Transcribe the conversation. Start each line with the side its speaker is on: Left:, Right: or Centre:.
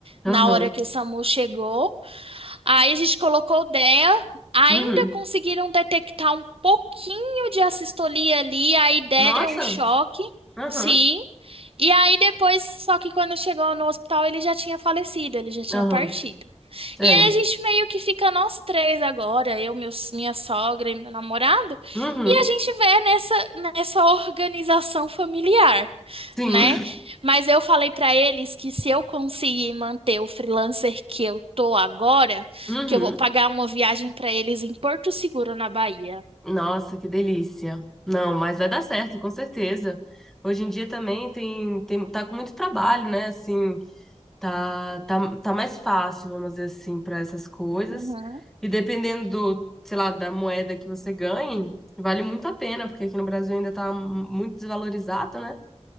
Centre: Aham.
Right: na hora que o SAMU chegou. Aí a gente colocou o DEA,
Centre: Uhum.
Right: ainda conseguiram detectar um pouquinho de assistolia ali, aí deram
Centre: Nossa.
Right: um choque,
Centre: Aham.
Right: sim. E aí depois, só que quando chegou no hospital, ele já tinha falecido, ele já tinha
Centre: Aham.
Right: partido.
Centre: É.
Right: E aí a gente meio que fica nós três agora, eu, meu, minha sogra e meu namorado,
Centre: Uhum.
Right: e a gente vê nessa, nessa organização familiar,
Centre: Sim.
Right: né? Mas eu falei pra eles que se eu conseguir manter o freelancer que eu tô agora,
Centre: <laughs> Uhum.
Right: que eu vou pagar uma viagem para eles em Porto Seguro, na Bahia.
Centre: Nossa, que delícia. Não, mas vai dar certo, com certeza. Hoje em dia também tem, tem tá com muito trabalho, né? Assim, tá, tá, tá mais fácil, vamos dizer assim, para essas coisas.
Right: Uhum.
Centre: E dependendo do, sei lá, da moeda que você ganhe, vale muito a pena, porque aqui no Brasil ainda tá muito desvalorizado, né?